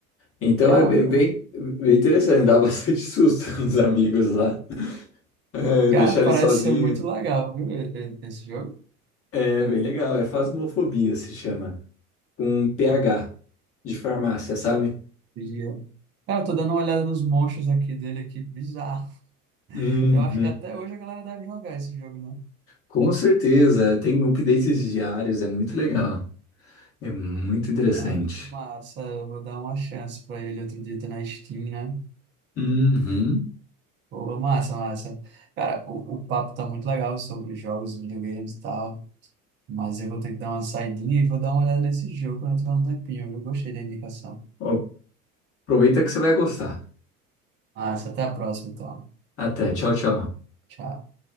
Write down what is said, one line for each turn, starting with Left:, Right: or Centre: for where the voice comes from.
Left: Então
Right: Caramba.
Left: é bem, bem bem interessante, dá bastante susto <laughs> nos amigos lá. É,
Right: Cara,
Left: deixar
Right: parece
Left: ele sozinho.
Right: ser muito legal, viu? e- e- Esse jogo.
Left: É
Right: Eu
Left: bem legal, é Phasmofobia se chama. Com PH de farmácia, sabe?
Right: pedi. Cara, eu tô dando uma olhada nos monstros aqui dele aqui, bizarro.
Left: Uhum.
Right: Eu acho que até hoje a galera deve jogar esse jogo, né
Left: Com certeza, tem updates diários, é muito legal. É muito interessante.
Right: Ah, massa, eu vou dar uma chance pra ele outro dia, tá na Steam, né?
Left: Uhum.
Right: Pô, massa, massa. Cara, o, o papo tá muito legal sobre jogos, videogames e tal, mas eu vou ter que dar uma saidinha e vou dar uma olhada nesse jogo quando eu tiver um tempinho, eu gostei da indicação.
Left: Ó, Aproveita que você vai gostar.
Right: Massa, até a próxima, então.
Left: Até, tchau, tchau.
Right: Tchau.